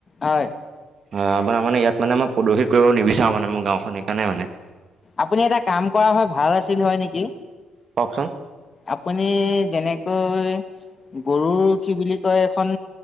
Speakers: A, on the left; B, on the right.
A: হয়
B: হয় আমাৰ মানে ইয়াত মানে মই প্ৰদূষিত কৰিব নিবিচাৰো মানে মোৰ গাঁওখন সেইকাৰণে মানে।
A: আপুনি এটা কাম কৰা হয় ভাল আছিল হয় নেকি?
B: কওকচোন।
A: আপুনি যেনেকৈ, গৰুৰ কি বুলি কয় এখন